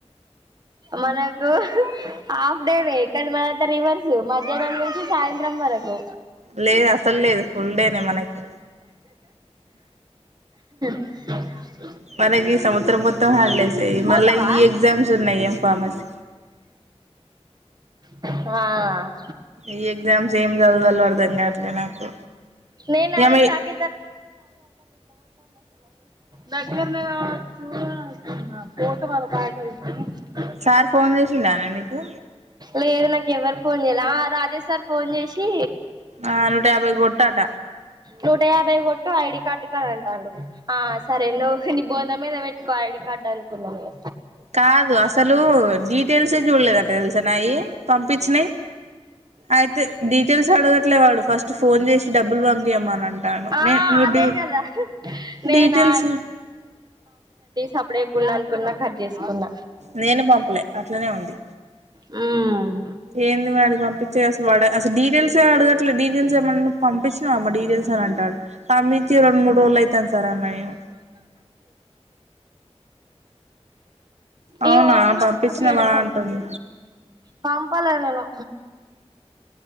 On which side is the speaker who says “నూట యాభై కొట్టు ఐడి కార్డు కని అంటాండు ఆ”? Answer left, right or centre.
Right